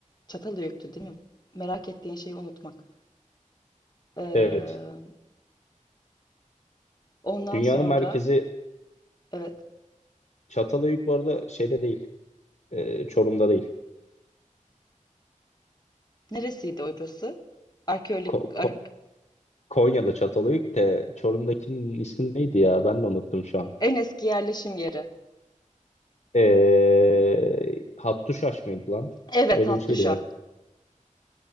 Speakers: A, on the left; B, on the left.
A: Çatalhöyük'tü değil mi? Merak ettiğin şeyi unutmak. Ee,
B: Evet.
A: ondan
B: Dünyanın
A: sonra
B: merkezi
A: evet
B: Çatalhöyük bu arada şeyde değil. E, Çorum'da değil.
A: neresiydi orası? Arkeolojik
B: Ko-
A: ar-
B: Ko- Konya'da Çatalhöyük de Çorum'dakinin ismi neydi ya? Ben de unuttum şu an.
A: en eski yerleşim yeri.
B: Ee, Hattuşaş mıydı lan?
A: Evet
B: Öyle
A: Hattuşa.
B: bir şeydi.